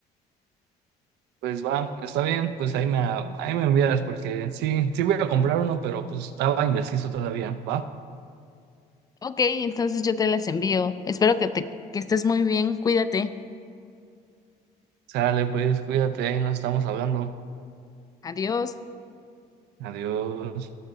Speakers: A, on the right (about 90°); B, on the left (about 20°).
A: Pues va, está bien, pues ahí me, ahí me envías porque sí, sí voy a comprar uno, pero pues estaba indeciso todavía, ¿va?
B: Ok, entonces yo te las envío. Espero que te que estés muy bien. Cuídate.
A: Sale, pues cuídate, ahí nos estamos hablando.
B: Adiós.
A: Adiós.